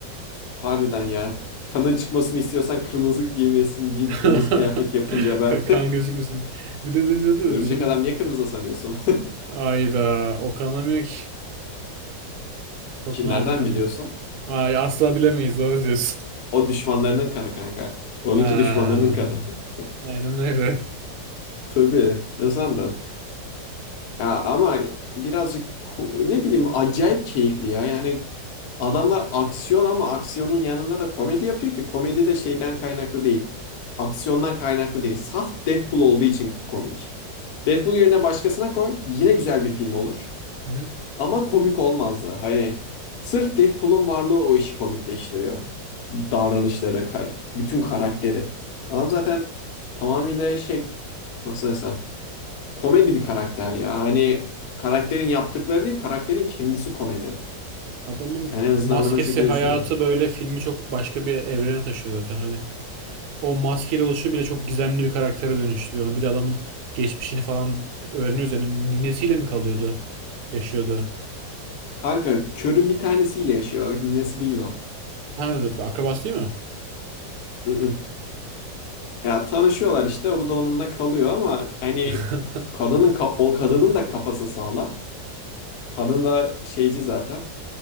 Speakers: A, on the left; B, on the right.
A: Harbiden ya. Kanın çıkmasını istiyorsan kırmızı giymesin deyip
B: <laughs>
A: kırmızı kıyafet yapınca ben
B: Ka- Kan gözükmesin diye. Bir de ne
A: <laughs>
B: diyordu?
A: örümcek
B: Senin
A: adam niye kırmızı sanıyorsun? <laughs>
B: ayda o kanamıyor ki. Çok
A: Ki
B: nadir
A: nereden
B: kanıyor.
A: biliyorsun?
B: Ay asla bilemeyiz doğru diyorsun.
A: O düşmanlarının kanı kanka. Onunki
B: Ha,
A: düşmanlarının kanı. <laughs>
B: aynen öyle.
A: Tabii. Ne sandın? Ya ama birazcık ko- ne bileyim acayip keyifli ya. Yani adamlar aksiyon ama aksiyonun yanında da komedi yapıyor ki komedi de şeyden kaynaklı değil. Aksiyondan kaynaklı değil. Saf Deadpool olduğu için komik. Deadpool yerine başkasına koy yine güzel bir film olur.
B: Hı.
A: Ama komik olmazdı Hani sırf Deadpool'un varlığı o işi komikleştiriyor. Davranışları, kar- bütün karakteri. Adam zaten tamamıyla şey nasıl desem komedi bir karakter ya. Hani karakterin yaptıkları değil, karakterin kendisi komedi.
B: Adamın
A: Yani en azından
B: maskesi
A: ben o şekilde
B: hayatı
A: düşünüyorum.
B: böyle filmi çok başka bir evrene taşıyor zaten. Hani o maskeyle oluşu bile çok gizemli bir karaktere dönüştürüyor. onu. Bir de adamın geçmişini falan öğreniyoruz. Yani ninesiyle mi kalıyordu? Yaşıyordu.
A: Kanka körün bir tanesiyle yaşıyor. Ninesi değil o.
B: Ha akrabası değil mi?
A: Mm-mm. Ya tanışıyorlar işte. Bu da onunla kalıyor ama hani
B: <laughs>
A: kadının ka- o kadının da kafası sağlam. Kadın da şeyci zaten.